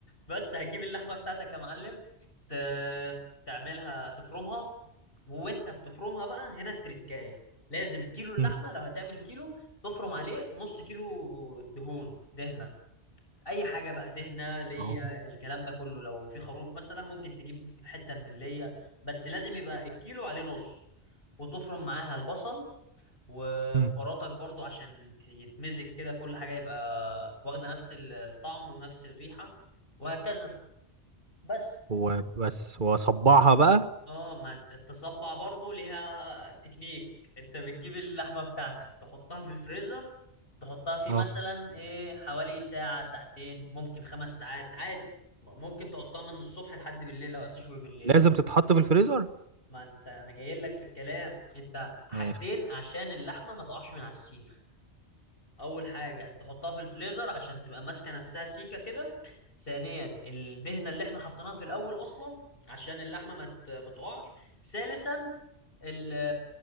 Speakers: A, on the left; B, on the right.
A: بس هتجيب اللحمه بتاعتك يا معلم ت... تعملها تفرمها وانت بتفرمها بقى هنا التركايه لازم كيلو اللحمه
B: مم.
A: لو هتعمل كيلو تفرم عليه نص كيلو دهون دهنه اي حاجه بقى دهنه ليا
B: اه
A: الكلام ده كله لو في خروف مثلا ممكن تجيب حته من الليا بس لازم يبقى الكيلو عليه نص وتفرم معاها البصل وبهاراتك
B: مم.
A: برضو عشان ت- يتمزج كده كل حاجة يبقى واخدة نفس ال- الطعم ونفس الريحة وهكذا بس
B: وبس واصبعها بقى
A: اه ما التصبع برضو ليها تكنيك انت بتجيب اللحمة بتاعتك تحطها في الفريزر تحطها فيه
B: اه
A: مثلا ايه حوالي ساعة ساعتين ممكن خمس ساعات عادي م- ممكن تحطها من الصبح لحد بالليل لو هتشوي بالليل
B: لازم تتحط في الفريزر
A: ما انت انا جاي لك في الكلام انت حاجتين
B: ماشي
A: عشان اللحمة ما تقعش من على السيخ اول حاجه تحطها في الفليزر عشان تبقى ماسكه نفسها سيكه كده ثانيا الدهنه اللي احنا حطيناها في الاول اصلا عشان اللحمه ما ت- ما تقعش ثالثا ال